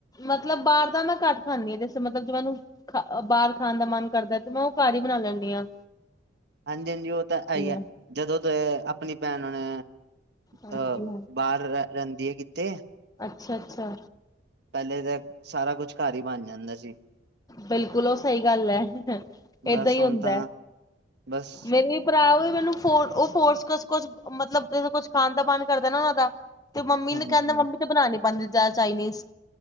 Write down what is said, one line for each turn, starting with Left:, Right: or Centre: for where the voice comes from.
Left: ਮਤਲਬ ਬਾਰ ਦਾ ਨਾ ਘੱਟ ਖਾਂਨੀ ਆਂ ਜਸੇ ਮਤਲ ਮੇਨੂੰ ਖ ਬਾਰ ਖਾਣ ਦਾ ਮਨ ਕਰਦਾ ਏ ਤੇ ਮੈਂ ਓ ਘਾਰ ਈ ਬਣਾ ਲੈਂਨੀ ਆਂ।
Right: ਹਾਂਜੀ-ਹਾਂਜੀ ਓ ਤਾ ਐਈਆ
Left: ਹੋ
Right: ਜਦੋਂ ਤੋ ਏਐ ਆਪਨੀ ਭੈਣ ਨੇ
Left: ਹਾਂਜੀ
Right: ਅਐ ਬਾਰ ਰੈ ਰੈਂਦੀ ਏ ਕਿਤੇ
Left: ਅੱਛਾ-ਅੱਛਾ।
Right: ਪੈਲੇ ਤੇ, ਸਾਰਾ ਕੁਛ ਘਰ ਈ ਬਨ ਜਾਂਦਾ ਸੀ।
Left: ਬਿਲਕੁਲ ਓ ਸਈ ਗੱਲ ਐ,
Right: ਬਸ
Left: ਏਦਾਂ ਈ
Right: ਹੁਣ
Left: ਹੁੰਦਾ
Right: ਤਾਂ
Left: ਐ,
Right: ਬਸ
Left: ਮੇਰੇ ਭਰਾ ਮੈਨੂੰ ਫੂ ਓ ਫੋਰਸ ਕੁਛ ਮਤਲਬ ਕੁਛ ਖਾਣ ਦਾ ਪਾਣ ਕਰਦਾ ਨਾ ਓਨਾਂ ਦਾ ਤੇ ਮੰਮੀ
Right: ਹਮ
Left: ਨੇ ਕੈਨ
Right: ਹਮ
Left: ਮੰਮੀ ਤੇ ਬਣਾ ਨੀ ਪਾਂਦੀ ਆਦੀ ਚਾਈਨੀ,